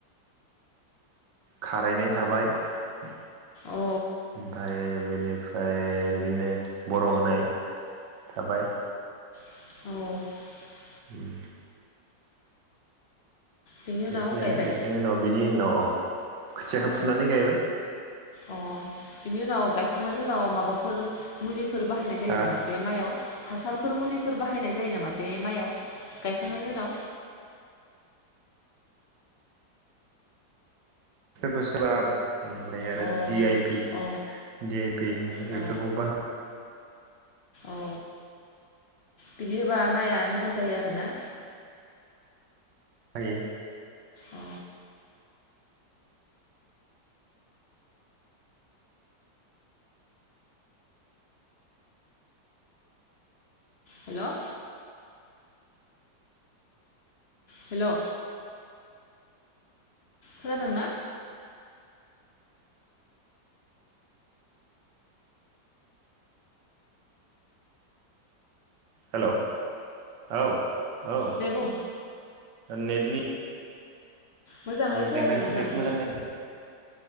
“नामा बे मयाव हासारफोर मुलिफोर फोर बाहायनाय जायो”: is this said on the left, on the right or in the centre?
Left